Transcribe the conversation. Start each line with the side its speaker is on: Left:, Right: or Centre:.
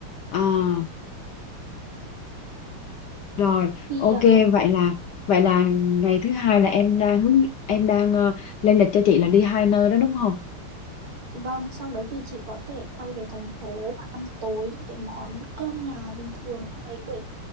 Left: À, rồi,
Right: Thì
Left: ok,
Right: ờ,
Left: vậy là vậy là ngày thứ hai là em đang hướng em đang ờ, lên lịch cho chị là đi hai nơi đó đúng không?
Right: Vâng, xong đấy thì chị có thể quay về thành phố và ăn tối những cái món cơm nhà bình thường xong rồi buổi